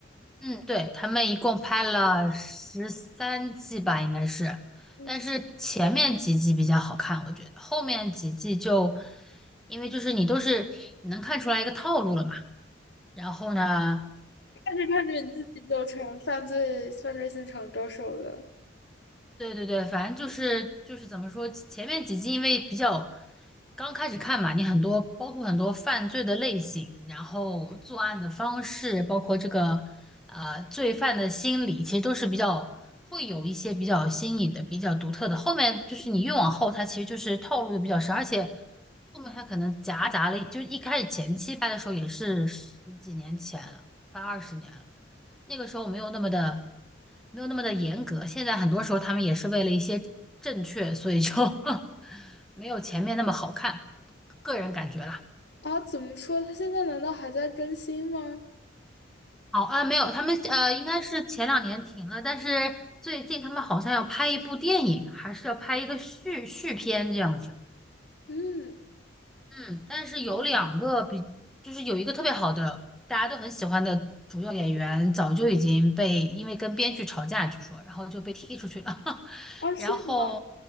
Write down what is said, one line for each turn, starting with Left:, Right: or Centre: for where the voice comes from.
Centre: 嗯，对，他们一共拍了十三季吧，应该是，
Left: 嗯，
Centre: 但是前面几季比较好看，我觉得后面几季就，因为就是你都是你能看出来一个套路了嘛，然后呢，
Left: 看着看着你自己就成犯罪犯罪现场高手了
Centre: 对对对，反正就是就是怎么说，前面几季因为比较刚开始看嘛，你很多包括很多犯罪的类型，然后作案的方式，包括这个呃罪犯的心理，其实都是比较会有一些比较新颖的、比较独特的。后面就是你越往后，它其实就是套路比较深，而且后面它可能夹杂了，就是一开始前期拍的时候也是十几年前了，快二十年了。那个时候没有那么的，没有那么的严格。现在很多时候他们也是为了一些正确，所以就 <laughs> 没有前面那么好看，个人感觉啦。
Left: 啊？怎么说？他现在难道还在更新吗？
Centre: 好啊，没有，他们呃应该是前两年停了，但是最近他们好像要拍一部电影，还是要拍一个续续片这样子。
Left: 嗯，
Centre: 嗯，但是有两个比，就是有一个特别好的，大家都很喜欢的主要演员，早就已经被因为跟编剧吵架，据说，然后就被踢出去了。<laughs>
Left: 啊，是吗？
Centre: 然后